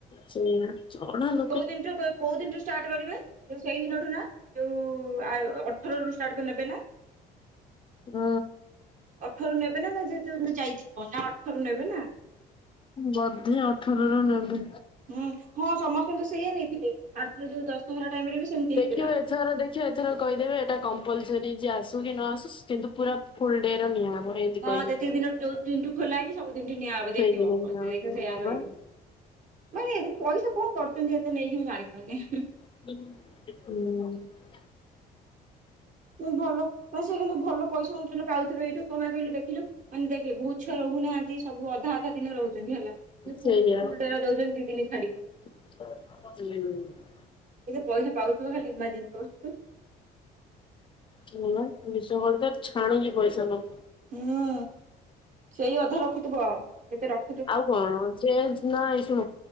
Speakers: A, on the left; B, on the right.
A: ସେଇଆ ଚ <unintelligible>
B: କୋଉ ଦିନଠୁ ବା କୋଉ ଦିନଠୁ? ଷ୍ଟାର୍ଟ କରିବେ ଯୋଉ ସେଇ ଦିନଠୁ ନା ଯୋଉ ଆୟୋ ଅଠରରୁ ଷ୍ଟାର୍ଟ କରି ନେବେ ନା? <inaudible>
A: ହଁ।
B: ଅଠରୁ ନେବେ ନା ନା ଯେ ଯୋଉ ଦିନ ଯାଇଥିବ ନା ଅଠରରୁ ନେବେ ନା।
A: ବଧେ ଅଠର ରୁ ନେବେ।
B: ହୁଁ ହଁ ସମସ୍ତେ ତ ସେଇୟା ନେଇଥିଲେ ଆରଥର ଯୋଉ ଦଶହରା ଟାଇମ୍ ରେ ବି ସେମିତି ହେଇଥିଲା
A: ଦେଖିବୁ ଏଥର ଦେ <unintelligible> ଏଥର କହିଦେବେ ଏଟା କମ୍ପଲସରି ଯେ ଆସୁ କି ନ ଆସୁ କିନ୍ତୁ ପୁରା ଫୁଲ୍ ଡେ ର ନିଆହବ। ଏମିତି
B: ହଁ
A: କହିବି
B: ଯେତିକି ଦିନ ଯୋଉ ଦିନୁ ଠୁ ଖୋଲା ହେଇଚି ସବୁ ଦିନ ଠୁ ନିଆହବ
A: ସେଇଦିନ
B: ଦେଖିବ
A: ନିଆହବ
B: ସିଏ ସେଇଆ କହିବେ।
A: ହଁ ପା।
B: ମାନେ ପଇସା କଣ କରୁଛନ୍ତି ଏତେ ନେଇକି ମୁଁ ଜାଣିପାରୁନି।
A: ହୁଁ।
B: ଭଲ ସିଏ କିନ୍ତୁ ଭଲ ପଇସା ପାଉଥିବେ ଏଇଠୁ କଣ ପାଇଁ କହିଲୁ ଦେଖିଲୁ ମାନେ ଦେଖେ ବହୁତ୍ ଛୁଆ ରହୁ ନାହାନ୍ତି ସବୁ ଅଧା ଅଧା ଦିନି ରହୁଛନ୍ତି ହେଲା
A: ସେଇଆ।
B: ଫୁଲ୍ ଫୁଲ୍ ଡେ ଦୋଉଚନ୍ତି ଦି ଦିନି ଛାଡିକି।
A: <unintelligible>
B: ଏତେ ପଇସା ପାଉଥିବ ଖାଲି ଇମାଜିନ୍ କର।
A: ହଁ ବା ବିଶ୍ୱ <unintelligible> ଛାଣୁଚି ପଇସା ଲୋ।
B: ହୁଁ ସେଇ ଅଧା ରଖୁଥିବ କେତେ ରଖ
A: ଆଉ କଣ ସେ ନାଇଁ ଶୁଣ